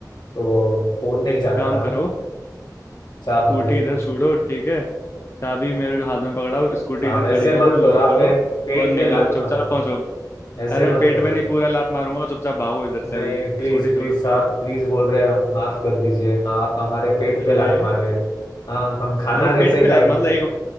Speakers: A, on the left; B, on the left.
A: तो फोन नहीं
B: एक
A: जाता
B: काम
A: ना
B: करो
A: साहब
B: स्कूटी
A: देखो
B: इधर छोड़ो ठीक है चाबी मेरे हाथ में पकड़ाओ स्कूटी
A: साहब
B: इधर
A: ऐसे
B: खड़ी करो
A: मत करो
B: लॉक
A: आप
B: करो
A: मेरे पेट
B: और
A: पे
B: निकलो
A: लात
B: चुपचाप
A: मार रहे हो
B: पहुंचो अरे
A: ऐसे
B: मैं
A: मत
B: पेट
A: करो
B: पे नहीं पूरा लात मारूंगा चुपचाप भागो इधर
A: नहीं
B: से अभी
A: प्लीज
B: स्कूटी
A: प्लीज
B: छोड़ो
A: आप प्लीज बोल रहे हैं हम माफ कर दीजिए हाँ, आप हमारे पेट पे
B: अरे
A: लात मार रहे हैं हाँ हम खाना
B: अरे
A: कैसे
B: पेट पे
A: खाएंगे
B: लात मतलब एक